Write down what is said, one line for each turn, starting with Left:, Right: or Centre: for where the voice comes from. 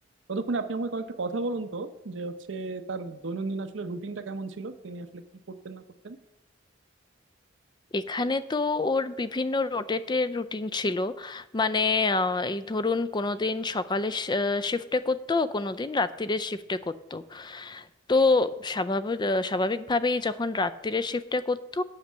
Right: ততক্ষণে আপনি আমাকে কয়েকটা কথা বলুন তো যে হচ্ছে তার দৈনন্দিন আসলে রুটিনটা কেমন ছিল তিনি আসলে কি করতেন না করতেন
Left: এখানে তো ওর বিভিন্ন রোটেটের রুটিন ছিল মানে আহ, এই ধরুন কোনো দিন সকালে শিফটে করতো কোনো দিন রাত্তিরের শিফটে করতো তো স্বাভাবিক স্বাভাবিকভাবেই যখন রাত্তিরের শিফটে করতো